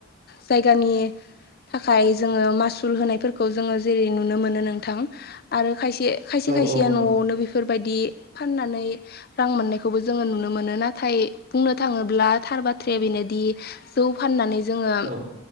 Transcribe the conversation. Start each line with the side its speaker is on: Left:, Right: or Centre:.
Left: जाय गामि थाखाय जोङो मासुल होनायफोरखौ जोङो जेरै नुनो मोनो नोंथां आरो खायसे खायसे
Right: ओ आरो
Left: खायसेया न'आवनो बेफोरबाय- दि फाननानै रां मोननायखौबो जों नुनो मोनो। नाथाय बुंनो थाङोब्ला थार बा- थ्राया बेनोदि जौ फाननानै जोङो
Right: औ